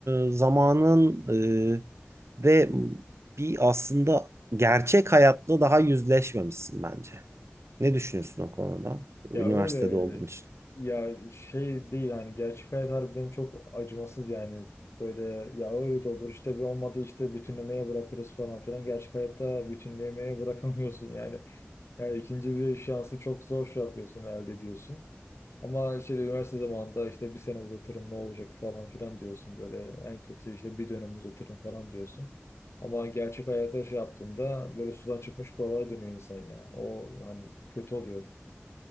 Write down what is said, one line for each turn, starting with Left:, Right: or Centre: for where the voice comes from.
Right: e, zamanın e, ve bir aslında gerçek hayatla daha yüzleşmemişsin bence. Ne düşünüyorsun o konuda? Üniversitede
Left: Ya öyle
Right: olduğun için.
Left: ya şey değil hani gerçek hayat harbiden çok acımasız yani böyle ya öyle de olur işte bir olmadı işte bütünlemeye bırakırız falan filan gerçek hayatta bütünlemeye bırakamıyorsun yani. Yani ikinci bir şansı çok zor şey yapıyorsun elde ediyorsun. Ama şey üniversite zamanında işte bir sene uzatırım ne olacak falan filan diyorsun böyle en kötü işte bir dönem uzatırım falan diyorsun. Ama gerçek hayata şey yaptığında böyle sudan çıkmış balığa dönüyor insan ya. O hani kötü oluyor.